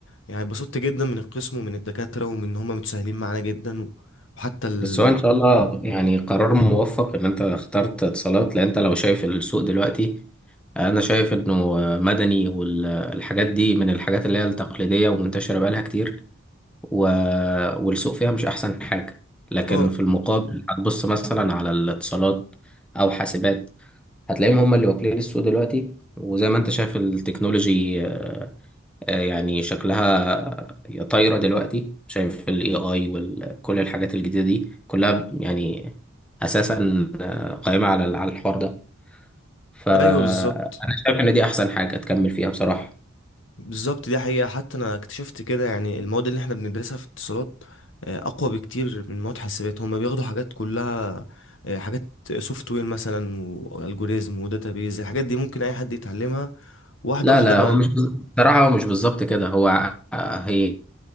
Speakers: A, on the left; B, in the centre.
A: يعني اتبسطت جدا من القسم ومن الدكاترة ومن ان هم متساهلين معانا جدا وحتى ال...
B: بس هو إن شاء الله يعني قرار موفق إن أنت اخترت اتصالات لأن أنت لو شايف السوق دلوقتي أنا شايف إنه آه، مدني والحاجات دي من الحاجات اللي هي التقليدية ومنتشرة بقالها كتير و... والسوق فيها مش أحسن حاجة لكن
A: اه
B: في المقابل هتبص مثلا على الاتصالات أو حاسبات هتلاقيهم هم اللي واكلين السوق دلوقتي وزي ما انت شايف التكنولوجي آه، يعني شكلها طايرة دلوقتي شايف ال AI وكل الحاجات الجديدة دي كلها يعني أساسا آه، قائمة على على الحوار ده فأنا
A: ايوه بالظبط
B: شايف إن دي أحسن حاجة تكمل فيها بصراحة
A: بالظبط دي حقيقة حتى أنا اكتشفت كده يعني المواد اللي احنا بندرسها في اتصالات آه، أقوى بكتير من مواد حاسبات هما بياخدوا حاجات كلها آه، حاجات سوفت وير مثلا والجوريزم وداتابيز الحاجات دي ممكن أي حد يتعلمها واحدة
B: لا
A: واحدة
B: لا
A: مع
B: هو مش بصراحة هو مش بالظبط كده هو آه، هي